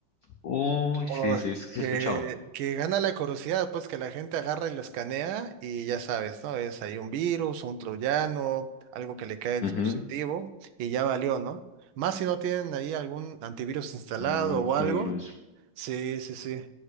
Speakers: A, on the left (about 75°); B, on the right (about 75°).
A: Uy,
B: O
A: sí, sí, es- sí
B: que,
A: he escuchado.
B: que gana la curiosidad, pues que la gente agarra y lo escanea y ya sabes, ¿no? Es ahí un virus, un troyano, algo que le cae al
A: Ujú,
B: dispositivo y ya valió, ¿no? Más si no tienen ahí algún antivirus instalado
A: Algún antivirus.
B: o algo. Sí, sí, sí.